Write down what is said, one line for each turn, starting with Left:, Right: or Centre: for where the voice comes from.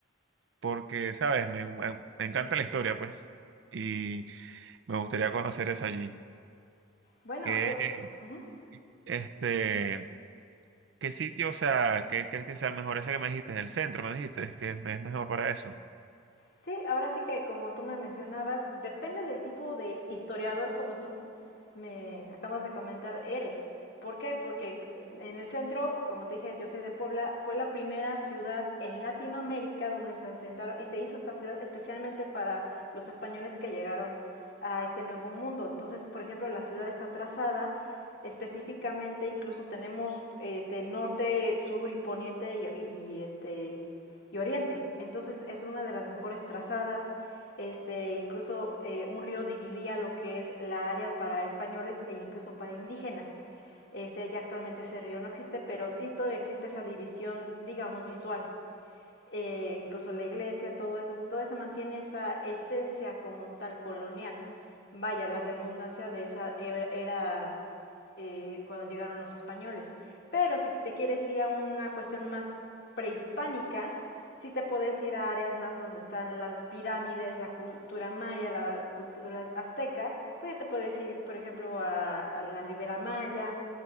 Right: porque, sabes, me, me- me encanta la historia, pues, y me gustaría conocer eso allí.
Left: Bueno,
Right: ¿Qué,
Left: eh, ujú.
Right: este, qué sitio, o sea, qué crees que sea el mejor? Ese que me dijiste, el centro, me dijiste, que es es mejor para eso.
Left: Sí, ahora sí que como tú me mencionabas, depende del tipo de historiador como tú me acabas de comentar eres. ¿Por qué? Porque en el centro, como te dije, yo soy de Puebla, fue la primera ciudad en Latinoamérica donde se asentaron y se hizo esta ciudad especialmente para los españoles que llegaron a este nuevo mundo. Entonces, por ejemplo, la ciudad está trazada específicamente, incluso tenemos este norte, sur y poniente y, y este y oriente. Entonces es una de las mejores trazadas. Este, incluso eh, un río dividía lo que es la área para españoles e incluso para indígenas. Este, ya actualmente ese río no existe, pero sí todavía existe esa división, digamos, visual eh, incluso la iglesia, todo eso, todo se mantiene esa esencia como tal colonial. Vaya, la redundancia de esa er-, era eh, cuando llegaron los españoles. Pero si te quieres ir a una cuestión más prehispánica, sí te puedes ir a áreas más donde están las pirámides, la cultura maya, la cultura azteca, pues ya te puedes ir, por ejemplo, a, a la Ribera Maya,